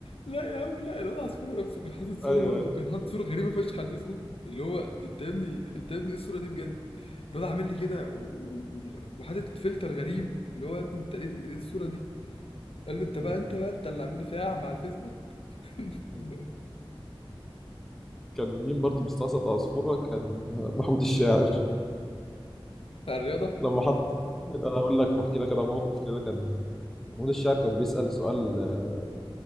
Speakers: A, on the left (about 80°); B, in the centre.
A: لا يا عم لا الواد عصفورة نفسه كان حاطط صورة
B: ايوه
A: برضه
B: ايوه
A: كان حاطط صورة غريبة فشخ على الفيسبوك اللي هو انت يا ابني انت يا ابني ايه الصورة دي بجد الواد عامل لي كده و- و- وحاطط فلتر غريب اللي هو يا ابني انت ايه ال- ايه الصورة دي قال له انت
B: م-
A: بقى انت بقى انت اللي عامل لي فيها اعمى على الفيسبوك <laughs>
B: م.
A: قال له
B: كان مين برضو مستعصي عصفوره كان محمود الشاعر
A: بتاع الرياضة
B: لما حط انا اقول لك هحكي لك انا موقف كده كان محمود الشاعر كان بيسأل سؤال آه،